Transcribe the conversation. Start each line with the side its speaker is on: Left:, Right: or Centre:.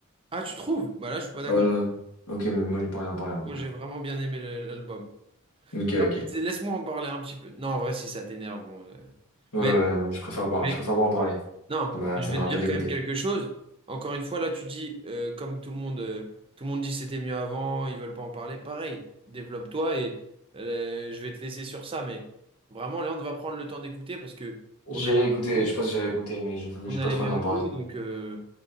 Right: ah, tu trouves? Bah là, je suis pas d'accord.
Left: Ah ouais, non. Ok, mais moi, j'ai pas envie d'en parler, en tout
Right: Moi,
Left: cas.
Right: j'ai vraiment bien aimé le- l'album.
Left: Ok, ok.
Right: Ah, bah,
Left: Ouais,
Right: c'est- Laisse-moi en parler un petit peu. Non, en vrai, si ça t'énerve, bon. euh,
Left: ouais, ouais,
Right: Mais,
Left: non, je préfère pas,
Right: mais-
Left: je préfère pas en parler.
Right: non,
Left: Ça m'a,
Right: mais
Left: ça
Right: je vais
Left: m'a
Right: te
Left: un
Right: dire
Left: peu dégoûté.
Right: quand même quelque chose. Encore une fois, là, tu dis, euh, comme tout le monde, euh, tout le monde dit c'était mieux avant, ils veulent pas en parler. Pareil, développe-toi et euh, je vais te laisser sur ça. Mais vraiment, Léon va prendre le temps d'écouter parce que
Left: J'ai
Right: on a les, mêmes
Left: écouté, je
Right: goûts,
Left: pense que j'ai écouté, mais j'ai j'ai
Right: on a
Left: pas
Right: les
Left: trop
Right: mêmes
Left: envie d'en parler,
Right: goûts,
Left: quoi.
Right: donc, euh,